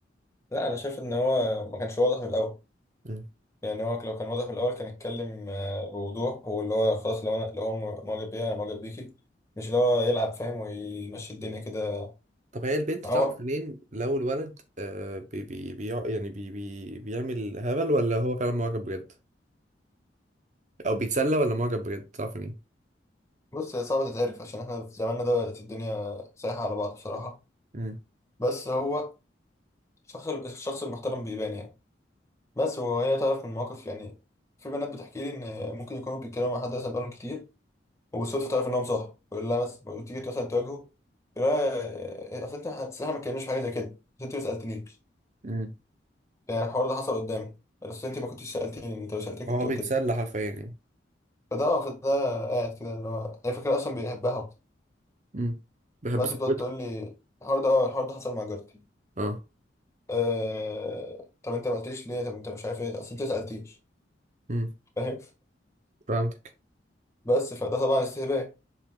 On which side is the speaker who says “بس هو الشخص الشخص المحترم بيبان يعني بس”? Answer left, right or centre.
Left